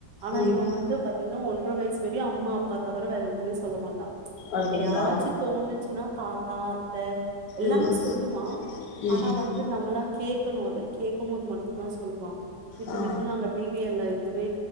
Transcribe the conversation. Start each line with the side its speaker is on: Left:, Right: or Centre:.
Right: ஆனா
Left: ம்
Right: இவ வந்து பாத்தீங்ன்னா ஒன் ட்ர வயசு வரையு அம்மா அப்பா தவெர வேறு எதுமே சொல்ல மாட்டா
Left: அப்டிங்களா
Right: எப்பயாச்சு தோணுச்சுன்னா தாத்தா அத்தை எல்லாமே
Left: ம்
Right: சொல்லுவா
Left: ம்
Right: ஆனா வந்து நம்மளா கே க்குமோது கேக்கமோது மட்டு்ந்தா சொ சொல்வா இத்தனைக்கு
Left: ஆ
Right: நாங்க டி வி எல்ல எதுமே